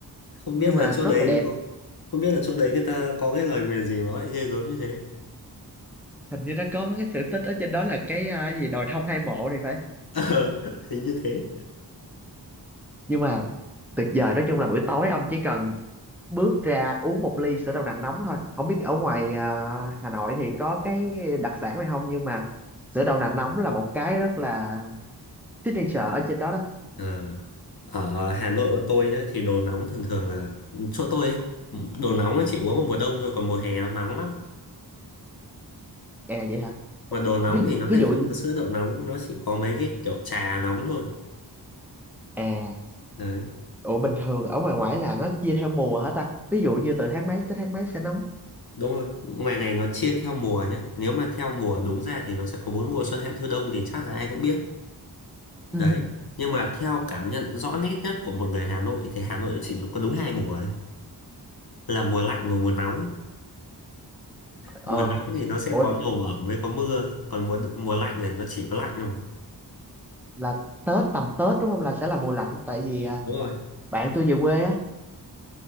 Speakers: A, on the left; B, in the centre.
A: Không
B: nhưng
A: biết là
B: mà
A: chỗ
B: rất
A: đấy
B: là đẹp
A: có không biết là chỗ đấy người ta có cái lời nguyền gì mà lại ghê gớm như thế.
B: hình như nó có cái sự tích ở trên đó là cái à, gì đồi thông hai mộ thì phải
A: Ờ, <laughs> hình như thế.
B: nhưng mà tuyệt vời nói chung là buổi tối ông chỉ cần bước ra uống một ly sữa đậu nành nóng thôi không biết ở ngoài à, Hà Nội thì có cái đặc sản này không nhưng mà sữa đậu nành nóng là một cái rất là signature ở trên đó đó
A: Ờ, Ở Hà Nội bọn tôi nhá thì đồ nóng thường thường là chỗ tôi ấy, đồ nóng nó chỉ uống vào mùa đông thôi còn mùa hè nó nóng lắm.
B: à vậy hả
A: Mà đồ nóng
B: ví,
A: thì nó
B: ví
A: lại
B: dụ
A: không có sữa đậu nóng, nó chỉ có mấy cái kiểu trà nóng thôi.
B: À,
A: Đấy,
B: ủa bình thường ở ngoài ngoại là nó chia theo mùa hả ta? Ví dụ như từ tháng mấy tới tháng mấy sẽ nóng.
A: đúng rồi. Ngoài này nó chia theo mùa nhé. Nếu mà theo mùa đúng ra thì nó sẽ có bốn mùa xuân hạ thu đông thì chắc là ai cũng biết.
B: Ừ,
A: Đấy. Nhưng mà theo cảm nhận rõ nét nhất của một người Hà Nội thì Hà Nội chỉ có đúng hai mùa thôi. Là mùa lạnh và mùa nóng.
B: Ờ,
A: Mùa nóng thì nó sẽ
B: ủa
A: có nồm ẩm với có mưa, còn mùa mùa lạnh là nó chỉ có lạnh thôi.
B: là Tết tầm Tết đúng không là sẽ là mùa lạnh tại vì à,
A: Đúng rồi.
B: bạn tôi về quê á,